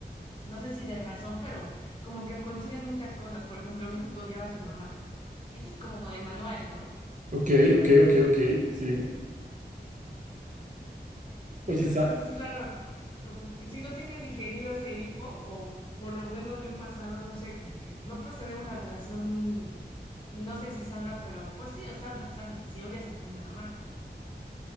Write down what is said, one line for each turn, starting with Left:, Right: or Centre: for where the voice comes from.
Left: No sé si de razón, pero como que coinciden muchas cosas. Por ejemplo, me dijo que odiaba a su mamá. Eso es como de manual, ¿no?
Right: Ok, ok, ok, ok, sí.
Left: Eso,
Right: Oye, sa-
Left: eso es raro. Como que si no tienes digerido ese Edipo, o por lo menos bien pasado, no sé, como que no puedes tener una relación, no sé si sana, pero pues sí, o sana, sana, si odias a tu mamá.